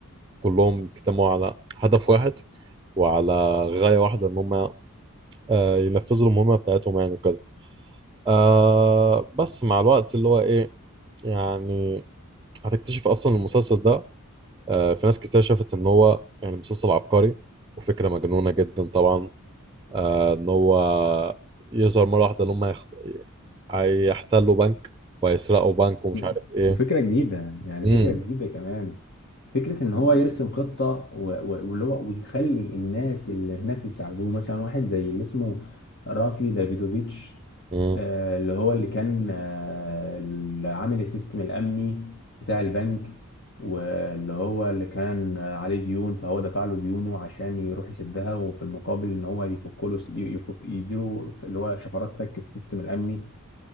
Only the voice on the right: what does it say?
وكلهم بيجتمعوا على هدف واحد وعلى غاية واحدة ان هم آه، ينفذوا المهمة بتاعتهم يعني وكده آه، بس مع الوقت اللي هو ايه يعني هتكتشف اصلا المسلسل ده آه، في ناس كتير شافت ان هو يعني مسلسل عبقري وفكره مجنونه جدا طبعا آه، ان هو يظهر مره واحده ان هم يخت... هيحتلوا بنك وهيسرقوا بنك ومش
عارف ايه
مم.
مم.